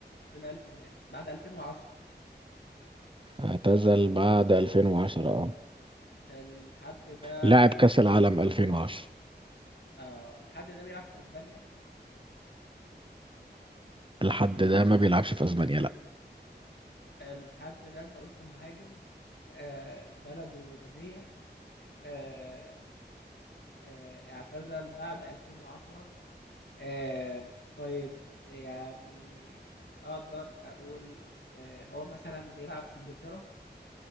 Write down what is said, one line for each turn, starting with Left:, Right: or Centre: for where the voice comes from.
Left: في الألفينات بعد 2010
Right: اعتزل بعد 2010 اه
Left: الحد ده
Right: لعب
Left: بي...
Right: كأس العالم 2010
Left: آه الحد ده بيلعب في أسبانيا
Right: لحد ده ما بيلعبش في اسبانيا لا
Left: الحد ده أنت قلت مهاجم آه بلده غنية آه آه، اعتزل بعد 2010 آه، طيب يعني اقدر اقول آه، هو مثلا بيلعب في انجلترا